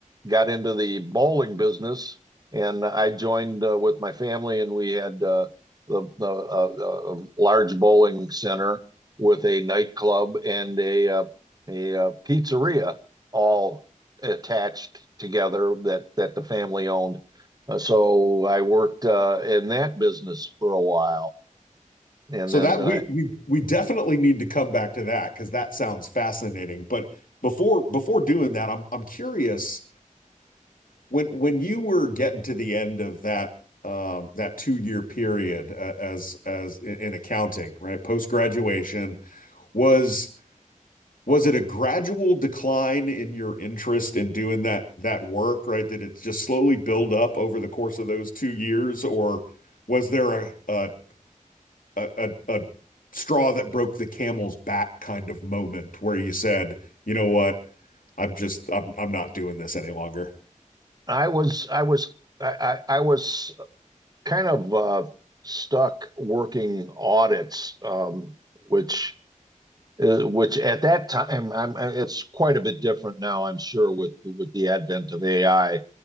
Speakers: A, on the right; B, on the left.
A: got into the bowling business, and I joined uh, with my family, and we had uh, the, the uh, uh, large bowling center with a nightclub and a uh, a uh, pizzeria all attached together that that the family owned. Uh, so I worked uh, in that business for a while, and
B: So
A: then
B: that
A: uh,
B: we we we definitely need to come back to that because that sounds fascinating. But before before doing that, I'm I'm curious when when you were getting to the end of that um that two-year period uh, as as in, in accounting, right? Post graduation was was it a gradual decline in your interest in doing that that work, right? Did it just slowly build up over the course of those two years, or was there a a a, a straw that broke the camel's back kind of moment where you said, you know what, I'm just I'm I'm not doing this any longer?
A: I was I was I I, I was kind of uh, stuck working audits, um, which uh, which at that time I'm, it's quite a bit different now, I'm sure, with with the advent of AI.